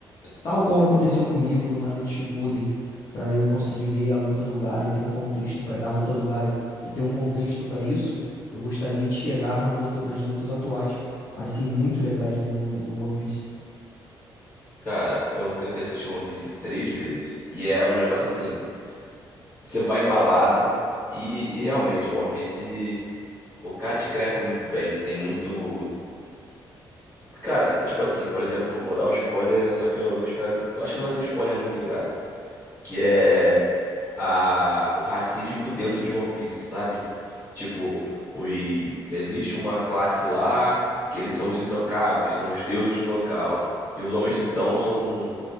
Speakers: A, on the left; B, on the left.
A: tal qual aconteceu comigo no Naruto Shippuden, pra eu conseguir ver a luta do Gaara e ter um contexto para a luta do Gai e ter um contexto pra isso. Eu gostaria de chegar na luta, nas lutas atuais, parecem muito legais no, no, no One Piece.
B: Cara, eu tentei assistir One Piece três vezes. E é um negócio assim, você vai embalado e, e realmente, One Piece, o cara escreve muito bem. Tem muito. Cara, é tipo assim, por exemplo, vou dar um spoiler, só que eu espero que. Acho que não vai ser um spoiler muito grave. Que é. a, o racismo dentro de One Piece, sabe? Tipo, oi, existe uma classe lá que eles são os intocáveis, são os deuses do local. E os homens tritão são,